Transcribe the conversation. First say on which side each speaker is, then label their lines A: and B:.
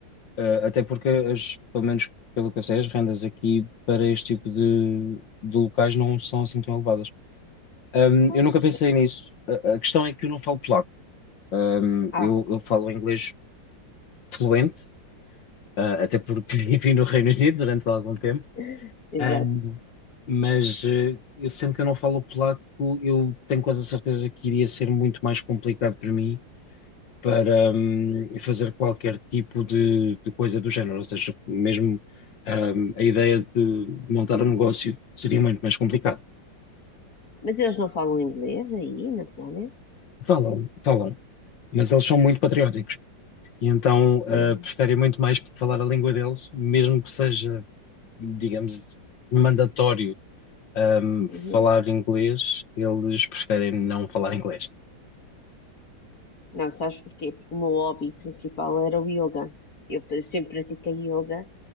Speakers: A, on the left (about 75°); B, on the left (about 50°).
A: Ah, até porque, as, pelo menos pelo que eu sei, as rendas aqui para este tipo de, de locais não são assim tão elevadas. Ahm,
B: Pois,
A: eu nunca pensei
B: exa-
A: nisso. A, a questão é que eu não falo polaco. Ahm,
B: ah,
A: eu, eu falo inglês fluente, ah, até porque <laughs> vivi no Reino Unido durante algum tempo.
B: <laughs>
A: Ahm,
B: exato.
A: mas eh, eu sendo que eu não falo polaco, eu tenho quase a certeza que iria ser muito mais complicado para mim para hum, fazer qualquer tipo de, de coisa do género. Ou seja, mesmo hum, a ideia de montar um negócio seria muito mais complicado.
B: Mas eles não falam inglês aí na Polónia?
A: Falam, falam, mas eles são muito patrióticos e então
B: Hum,
A: ah, preferem muito mais falar a língua deles, mesmo que seja, digamos, mandatório um,
B: uhum.
A: falar inglês, eles preferem não falar inglês.
B: Não, sabes porquê? Porque o meu hobby principal era o yoga. Eu fa- sempre pratiquei yoga